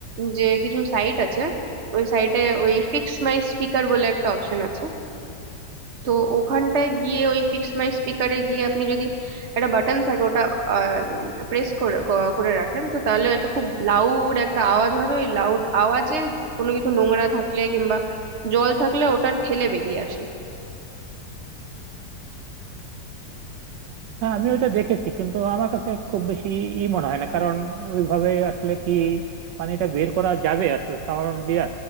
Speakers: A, on the right (about 45°); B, on the right (about 75°).
A: যে কিছু সাইট আছে ওই সাইটে ওই ফিক্স মাই স্পিকার বলে একটা অপশন আছে তো ওখানটায় গিয়ে ওই ফিক্স মাই স্পিকারে গিয়ে আপনি যদি একটা বাটন থাকে ওটা প্রেস করে গ- করে রাখেন তো তাহলে একটা খুব লাউড একটা আওয়াজ হবে ওই লাউড আওয়াজে কোনো কিছু নোংরা থাকলে কিংবা জল থাকলে ওটা ঠেলে বেরিয়ে আসে
B: হ্যাঁ আমি ওইটা দেখেছি কিন্তু আমার কাছে খুব বেশি ই মনে হয় না কারণ ওইভাবে আসলে কি পানিটা বের করা যাবে আসলে সাউন্ড দিয়ে